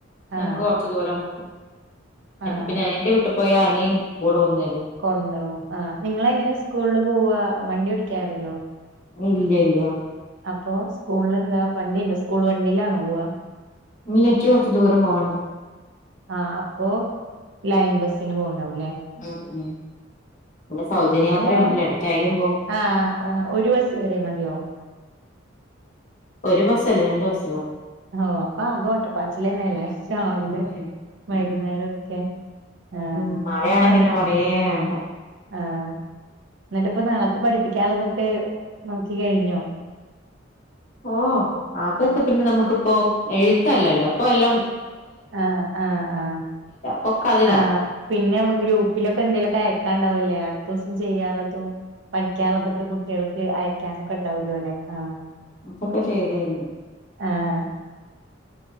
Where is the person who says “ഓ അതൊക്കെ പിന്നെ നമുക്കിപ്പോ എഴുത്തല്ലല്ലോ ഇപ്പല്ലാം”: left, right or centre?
Left